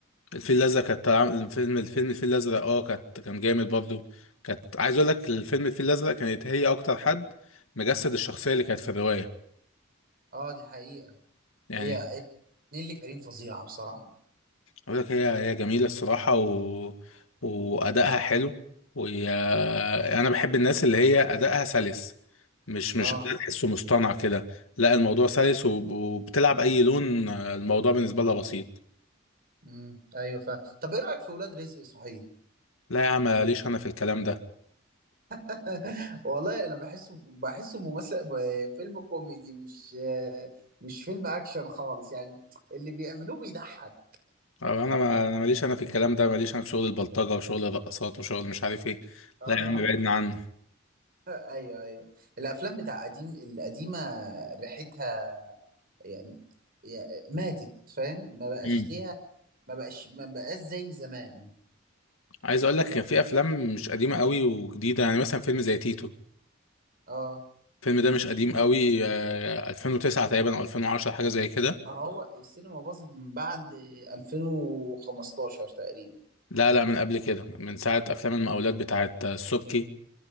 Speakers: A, on the left; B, on the right.
A: الفيل الازرق كانت طالعة- الفيلم الفيلم الفيل الازرق اه كانت كان جامد برضو كانت عايز اقول لك الفيلم الفيل الازرق كانت هي اكتر حد مجسد الشخصية اللي كانت في الرواية
B: اه دي حقيقة
A: يعني
B: هي هي نيللي كريم فظيعة بصراحة
A: اقول لك هي هي جميله الصراحه و... وادائها حلو وهي انا بحب الناس اللي هي ادائها سلس مش مش
B: اه
A: أداء تحسه مصطنع كده لا الموضوع سلس وب- وبتلعب اي لون الموضوع بالنسبه لها بسيط
B: امم ايوه فا طب ايه رأيك في ولاد رزق صحيح
A: لا يا عم ماليش انا في الكلام ده
B: <laughs> والله انا بحسه بحسه ممثل ب- فيلم كوميدي مش مش فيلم اكشن خالص يعني اللي بيعملوه بيضحك
A: أو انا ما انا ماليش انا في الكلام ده ماليش انا في شغل البلطجه وشغل الرقصات وشغل مش عارف ايه
B: اه
A: لا يا عم بعدنا عنه
B: <laughs> ايوه ايوه الافلام بتاع قديم القديمة ريحتها يعني يا- ماتت فاهم ما بقاش
A: مم.
B: ليها ما بقاش ما بقاش زي زمان
A: عايز اقول لك كان في افلام مش قديمه قوي وجديده يعني مثلا فيلم زي تيتو
B: اه
A: الفيلم ده مش قديم قوي آه، 2009 تقريبا او 2010 حاجه زي كده
B: هو السينما باظت من بعد 2015 تقريبا
A: لا لا من قبل كده من ساعه افلام المقاولات بتاعت آه، السبكي